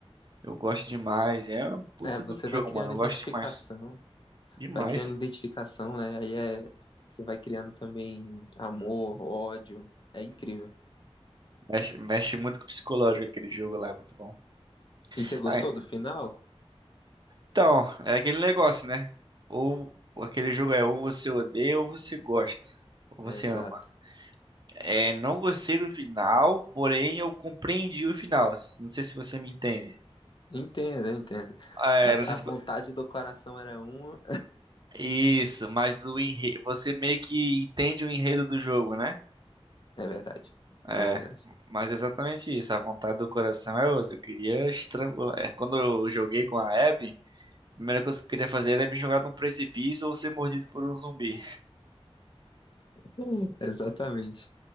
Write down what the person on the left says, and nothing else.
É, você
vai criando
identificação,
vai criando identificação, né? Aí é, você vai criando também amor, ódio. É incrível.
E você gostou
do final?
É,
exato.
Entendo, eu entendo.
A,
a vontade do coração era uma.
É verdade.
É verdade.
Hum. Exatamente.